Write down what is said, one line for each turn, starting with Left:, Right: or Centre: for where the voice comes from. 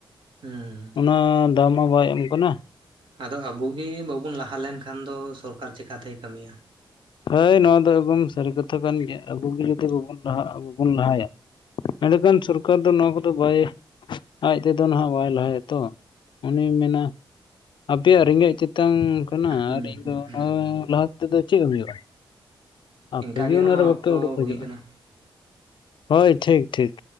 Right: ᱦᱩᱸ
Left: ᱚᱱᱟ ᱫᱟᱣ ᱢᱟ ᱵᱟᱭ ᱮᱢ ᱠᱟᱱᱟ᱾
Right: ᱟᱫᱚ ᱟᱵᱚᱜᱮ ᱵᱟᱵᱚᱱ ᱞᱟᱦᱟ ᱞᱮᱱᱠᱷᱟᱱ ᱫᱚ ᱥᱚᱨᱠᱟᱨ ᱪᱮᱠᱟᱛᱮᱭ ᱠᱟᱹᱢᱤᱭᱟ᱾
Left: ᱦᱳᱭ ᱱᱚᱣᱟ ᱫᱚ ᱮᱠᱫᱚᱢ ᱥᱟᱹᱨᱤ ᱠᱟᱛᱷᱟ ᱠᱟᱱ ᱜᱮᱭᱟ ᱟᱵᱚ ᱜᱮ ᱡᱚᱫᱤ ᱵᱟᱵᱚᱱ ᱞᱟᱦᱟᱜᱼᱟ ᱵᱟᱵᱚᱱ ᱞᱟᱦᱟᱭᱟ ᱮᱰᱮᱠᱷᱟᱱ ᱥᱚᱨᱠᱟᱨ ᱫᱚ ᱱᱚᱣᱟ ᱠᱚᱫᱚ ᱵᱟᱭ ᱟᱡ ᱛᱮᱫᱚ ᱱᱟᱦᱟᱜ ᱵᱟᱭ ᱞᱟᱦᱟᱭᱟ ᱛᱚ᱾ ᱚᱱᱤᱭ ᱢᱮᱱᱟ ᱟᱯᱮᱭᱟᱜ ᱨᱮᱸᱜᱮᱡ ᱛᱮᱛᱟᱝ ᱠᱟᱱᱟ
Right: ᱦᱩᱸ
Left: ᱟᱨ ᱤᱧ
Right: ᱦᱩᱸ
Left: ᱫᱚ ᱚᱱᱟ
Right: ᱦᱩᱸ
Left: <unintelligible> ᱞᱟᱦᱟ ᱛᱮᱫᱚ ᱪᱮᱜ ᱦᱩᱭᱩᱜᱼᱟ᱾ ᱟᱯᱮᱜᱮ
Right: ᱤᱱᱠ ᱜᱮ
Left: ᱚᱱᱟᱨᱮ
Right: ᱦᱟ ᱢᱟ
Left: ᱵᱟᱯᱮ
Right: ᱚᱠᱛᱚ
Left: ᱩᱰᱩᱠ ᱦᱤᱡᱩᱜᱼᱟ
Right: ᱦᱩᱭ ᱠᱟᱱᱟ᱾
Left: ᱦᱳᱭ ᱴᱷᱤᱠ ᱴᱷᱤᱠ᱾